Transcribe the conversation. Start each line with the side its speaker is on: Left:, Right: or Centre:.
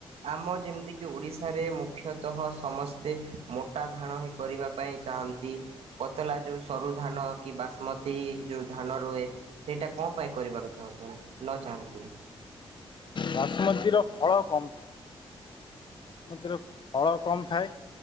Right: ଆମ ଯେମିତିକି ଓଡ଼ିଶାରେ ମୁଖ୍ୟତଃ ସମସ୍ତେ ମୋ ତା ଧାଣ ହିଁ କରିବ। ପାଇଁ ଚାହାନ୍ତି ପତଲା ଯୋଉ ସରୁ ଧାନ କି ବାସୁମତୀ ଯୋଉ ଧାନ ରୁହେ ସେଇଟା କଣ? ଉପାୟ କରିବାକୁ ଚାହୁଁ -ନ ଚାହାନ୍ତି।
Left: ବାସୁମତର ଫଳ କମ ଥାଏ ବାସୁମତୀର ଫଳ କମ ଥାଏ